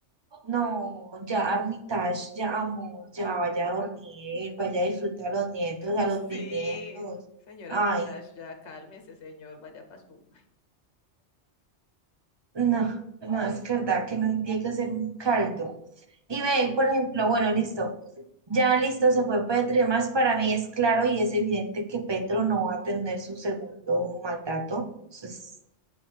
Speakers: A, on the right (about 30°); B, on the left (about 70°).
A: no, ya Armitage, ya amor, ya vaya a dormir, vaya a disfrutar a los nietos, a
B: Sí,
A: los bisnietos.
B: señor
A: Ay,
B: Armitage, ya cálmese, señor, vaya para su.
A: no, no, no, es verdad que no hay que hacer un caldo. Y ve, por ejemplo, bueno, listo. Ya listo, se fue Petro y demás. Para mí es claro y es evidente que Petro no va a tener su segundo mandato. Eso es